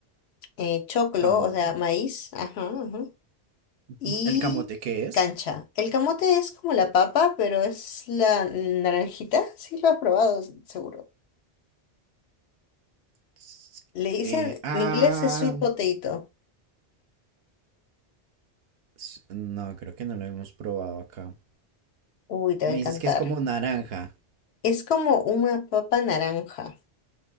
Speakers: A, on the left; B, on the right.
A: eh, choclo,
B: Camote.
A: o sea, maíz, ajá, ajá,
B: Ujú.
A: y
B: ¿El camote qué es?
A: cancha. El camote es como la papa, pero es la naranjita, sí lo has probado, s- seguro.
B: S-
A: Le dicen,
B: Eh, ah,
A: en inglés es sweet potato.
B: s- no, creo que no lo hemos probado acá.
A: Uy, te
B: Me
A: va a encantar.
B: dices que es como naranja.
A: Es como una papa naranja